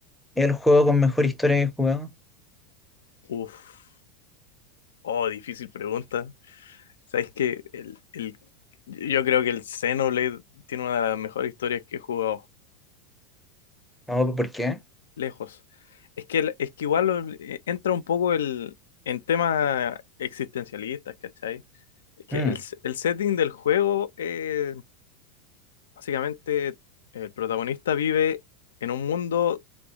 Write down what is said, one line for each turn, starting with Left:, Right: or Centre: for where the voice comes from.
Centre: el juego con mejor historia que he jugado?
Left: Uf, oh, difícil pregunta. ¿Sabes que El, el- yo creo que el Xenoblade tiene una de las mejores historias que he jugado.
Centre: No, ¿por qué?
Left: lejos. Es que, el- es que igual lo- eh, entra un poco el, en temas existencialistas, ¿cachai? Es que
Centre: Mm.
Left: el, se- el setting del juego, eh, básicamente, el protagonista vive en un mundo